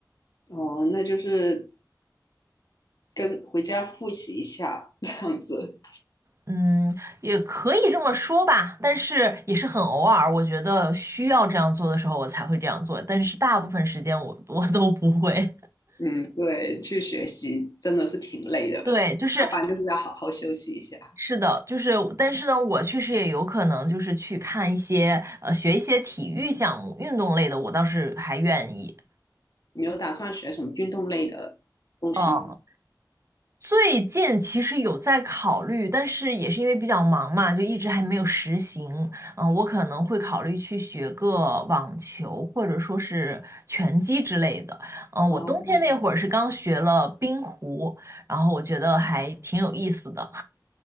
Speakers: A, on the left; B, on the right.
A: 哦，那就是跟回家复习一下这样子。
B: 嗯，也可以这么说吧，但是也是很偶尔，我觉得需要这样做的时候，我才会这样做，但是大部分时间我我都不会。
A: 嗯，对，去学习真的是挺累的，
B: <laughs> 对，
A: 下班就是要好好休息一下。
B: 就是是的，就是但是呢，我确实也有可能就是去看一些呃学一些体育项目、运动类的，我倒是还愿意。
A: 你有打算学什么运动类的东西吗？
B: 嗯。最近其实有在考虑，但是也是因为比较忙嘛，就一直还没有实行。嗯，我可能会考虑去学个网球，或者说是拳击之类的。嗯，
A: 哦，
B: 我冬天那会儿是刚学了冰壶，然后我觉得还挺有意思的。
A: 哦，